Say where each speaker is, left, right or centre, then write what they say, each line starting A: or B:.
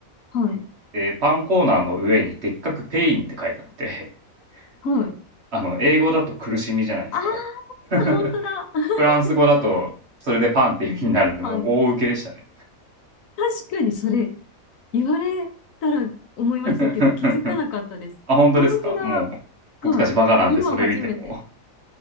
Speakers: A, on the left; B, on the right.
A: はい。
B: で、パンコーナーの上にでっかくペインって書いてあって、
A: はい。
B: <laughs> あの、英語だと苦しみじゃないですか。
A: ああ、
B: <laughs>
A: <laughs> 本当だ。<laughs>
B: フランス語だと、それでパンって意味になるんで、
A: あ、
B: もう大受けでしたね。
A: 確かにそれ、言われたら思いましたけど、
B: <laughs>
A: 気づかなかったです。
B: あ、本当ですかもう、
A: 本当だ。
B: 僕たちバカなんでそれ見ても、
A: はい。今初めて。